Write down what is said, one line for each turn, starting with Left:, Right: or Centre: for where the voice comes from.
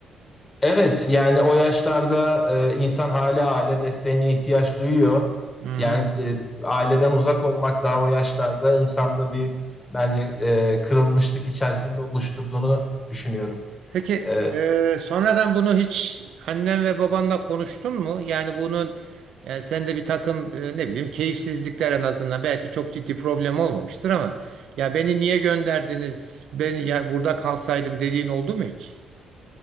Left: Evet, yani o yaşlarda e, insan hala aile desteğine ihtiyaç duyuyor.
Right: Hı.
Left: Yani e, aileden uzak olmak daha o yaşlarda insanda bir bence e, kırılmışlık içerisinde oluşturduğunu düşünüyorum.
Right: Peki
Left: E,
Right: eee, sonradan bunu hiç annen ve babanla konuştun mu? Yani bunun yani sende bir takım eee, ne bileyim keyifsizlikler en azından belki çok ciddi problem olmamıştır ama ya beni niye gönderdiniz? Beni ya burada kalsaydım dediğin oldu mu hiç?